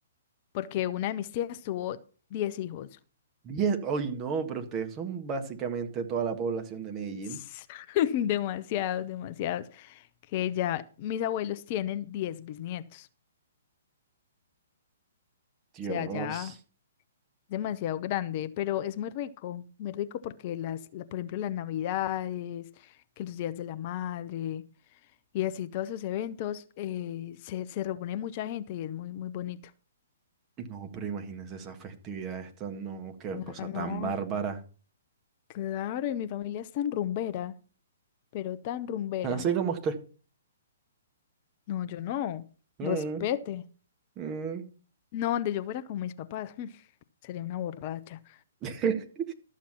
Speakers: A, on the left (about 40°); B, on the right (about 25°).
A: porque una de mis tías tuvo 10 hijos.
B: Diez. Ay, no, pero ustedes son básicamente toda la población de Medellín.
A: <laughs> Demasiados, demasiados. Que ya mis abuelos tienen 10 bisnietos.
B: Dios.
A: O sea, ya demasiado grande, pero es muy rico, muy rico porque las, la- por ejemplo, las navidades, que los días de la madre. Y así todos sus eventos eh, se, se reúne mucha gente y es muy, muy bonito.
B: No, pero imagínense esa festividad esta, no, qué
A: Ah,
B: cosa
A: no.
B: tan bárbara.
A: Claro, y mi familia es tan rumbera, pero tan rumbera.
B: Así como usted.
A: No, yo no.
B: Mm.
A: Respete.
B: Mm,
A: No, donde yo fuera con mis papás, <laughs> sería una borracha.
B: <laughs>